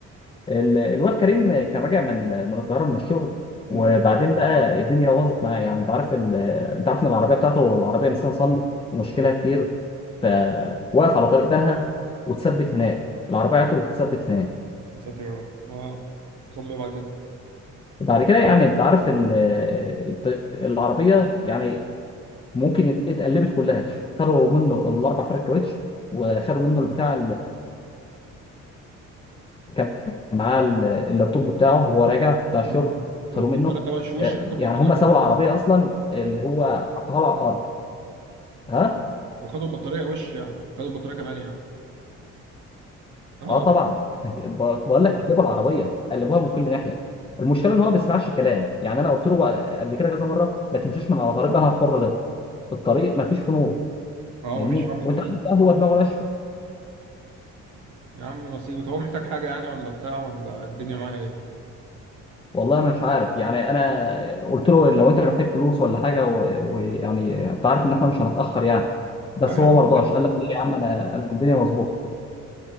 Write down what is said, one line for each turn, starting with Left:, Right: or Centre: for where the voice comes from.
Left: ال- الواد كريم كان راجع من من القاهره من الشغل وبعدين
Right: امم
Left: بقى الدنيا باظت معاه يعني انت عارف ال... انت عارف ان العربيه بتاعته العربيه نيسان صني ومشكلها كتير فوقف على طريق بنها واتثبت هناك العربيه بتاعته اتثبت هناك
Right: يا ساتر يا رب اه حصل له ايه بعد كده؟
Left: بعد كده يعني انت عارف ال... الت- العربيه يعني ممكن ات- اتقلبت كلها خدوا منه الاربع فرق كاوتش وخدوا منه البتاع كان معاه ال- اللابتوب بتاعه وهو راجع بتاع الشغل
Right: امم
Left: خدوه
Right: والبطاريه
Left: منه
Right: وش وش
Left: آه،
Right: خدوا
Left: يعني
Right: البطاريه
Left: هم
Right: برضه
Left: سابوا العربيه اصلا اللي هو حطها له على الارض ها
Right: وخدوا البطاريه وش يعني خدوا البطاريه كمان يعني اه
Left: اه طبعا <laughs> بقول لك قلبوا العربيه قلبوها من كل ناحيه المشكله ان هو ما بيسمعش كلام يعني انا قلت له بقى قبل كده كذا مره ما تمشيش من على طريق بقى الحر ده الطريق ما فيش فيه نور
Right: اه
Left: فاهمني
Right: ما فيش عمود
Left: وانت
Right: فعال
Left: عارف بقى هو دماغه ناشفه
Right: يا عم نصيبه طب هو محتاج حاجه يعني ولا بتاع ولا الدنيا معاه ايه؟
Left: والله انا مش عارف يعني انا قلت له لو انت محتاج فلوس ولا حاجه و- ويعني انت عارف ان احنا مش هنتاخر يعني بس
Right: اه يا
Left: هو
Right: عم
Left: ما
Right: يقول
Left: رضاش
Right: لنا
Left: قال لك لا يا عم انا انا الدنيا مظبوطه